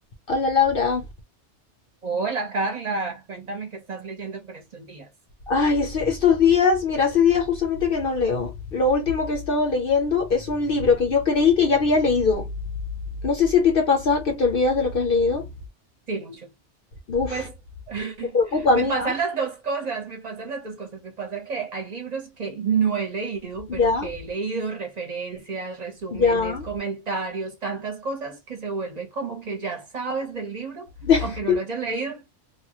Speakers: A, on the left; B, on the right.
A: Hola Laura.
B: Hola Carla, cuéntame qué estás leyendo por estos días.
A: Ay, es- estos días, mira, hace días justamente que no leo. Lo último que he estado leyendo es un libro que yo creí que ya había leído. No sé si a ti te pasa que te olvidas de lo que has leído.
B: Sí, mucho.
A: Uf,
B: Pues <laughs>
A: me preocupa, amiga.
B: me pasan las dos cosas, me pasan las dos cosas. Me pasa que hay libros que no he leído,
A: Ya,
B: pero que he leído referencias, resúmenes,
A: ya.
B: comentarios, tantas cosas que se vuelve como que ya sabes del libro,
A: <laughs>
B: aunque no lo hayas leído.